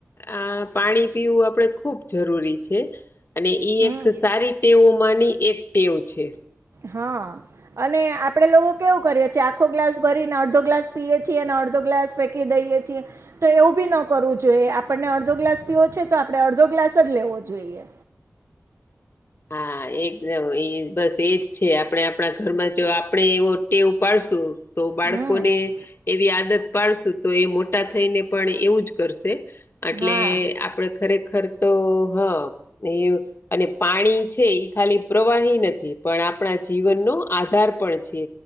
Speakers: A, on the left; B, on the right.
A: આ પાણી પીવું આપણે ખૂબ જરૂરી છે. અને ઈ
B: હમ
A: એક સારી ટેવોમાંની એક ટેવ છે.
B: હા. અને આપડે લોકો કેવું કરીએે છે આખો ગ્લાસ ભરીને અડધો ગ્લાસ પીએે છીએ અને અડધો ગ્લાસ કે દહીએ છી તો એવું બી ન કરવું જોઈએ આપણને અડધો ગ્લાસ પીવો છે તો આપડણે અડધો ગ્લાસ જ લેવો જોઈએ.
A: હા એકદમ એ બસ એજ છે આપડણે આપણા ઘરમાં જો આપણે એવો ટેવઉ પાડશું તો બાળકોને
B: હમ
A: એવી આદત પાડશું તો એ મોટા થઈને પણ એવું જ કરશે અટલે
B: હા
A: આપણે ખરેખર તો હા એ અને પાણી છે એ ખાલી પ્રવાહી નથી પણ આપણા જીવનનો આધાર પણ છે.